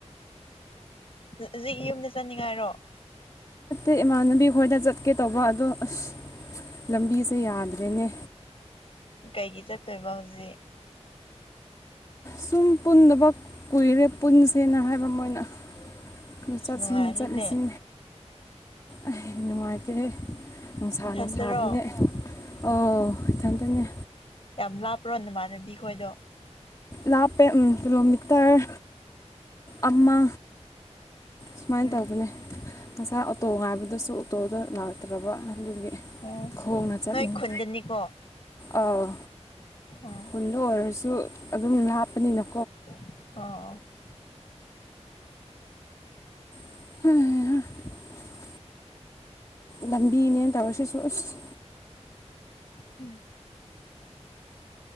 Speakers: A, on the left; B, on the left.
A: ꯍꯧꯖꯤꯛ ꯌꯨꯝꯗ ꯆꯠꯅꯤꯡꯉꯥꯏꯔꯣ
B: ꯦ ꯏꯃꯥꯟꯅꯕꯤ ꯈꯣꯏꯅ ꯆꯠꯀꯦ ꯇꯧꯕ ꯑꯗꯣ ꯑꯁ ꯂꯝꯕꯤꯁꯦ ꯌꯥꯗ꯭ꯔꯦꯅꯦ
A: ꯀꯩꯒꯤ ꯆꯠꯇꯣꯏꯕ ꯍꯧꯖꯤꯛ
B: ꯁꯨꯝ ꯄꯨꯟꯗꯕ ꯀꯨꯏꯔꯦ ꯄꯨꯟꯁꯦꯅ ꯍꯥꯏꯕ ꯑꯃꯣꯏꯅ ꯑꯗ
A: ꯑꯁ
B: ꯆꯠꯁꯤꯅ
A: ꯅꯨꯡꯉꯥꯏꯔꯤꯅꯦ
B: ꯆꯠꯂꯤꯁꯤ ꯑꯩ ꯅꯨꯡꯉꯥꯏꯇꯦ ꯅꯨꯡꯁꯥꯅ
A: ꯅꯊꯟꯗꯔꯣ
B: ꯁꯥꯕꯅꯦ ꯑꯣ ꯏꯊꯟꯇꯅꯦ
A: ꯌꯥꯝ ꯂꯥꯞꯄ꯭ꯔꯣ ꯅꯃꯅꯕꯤ ꯈꯣꯏꯗꯣ
B: ꯂꯥꯄꯦ ꯎꯝ ꯀꯤꯂꯣꯃꯤꯇꯔ ꯑꯃꯃ ꯁꯨꯃꯥꯏꯅ
A: ꯎꯝ
B: ꯇꯧꯕꯅꯦ ꯉꯁꯥꯏ ꯑꯣꯇꯣ ꯉꯥꯏꯕꯗꯨꯁꯨ ꯑꯣꯇꯣꯗ ꯂꯥꯛꯇ꯭ꯔꯕ ꯑꯗꯨꯒꯤ
A: ꯑꯣ
B: ꯈꯣꯡꯅ ꯆꯠꯂꯤꯅꯤ
A: ꯅꯣꯏ ꯈꯨꯟꯗꯅꯤꯀꯣ
B: ꯑꯥ
A: ꯑꯣ
B: ꯈꯨꯟꯗ ꯑꯣꯏꯔꯁꯨ ꯑꯗꯨꯝ ꯂꯥꯞꯄꯅꯤꯅ
A: ꯑꫭ ꯑꫭ
B: ꯍꯣꯏ <unintelligible> ꯂꯝꯕꯤꯅꯦꯅ ꯇꯧꯔꯤꯁꯤꯁꯨ ꯑꯁ
A: ꯎꯝ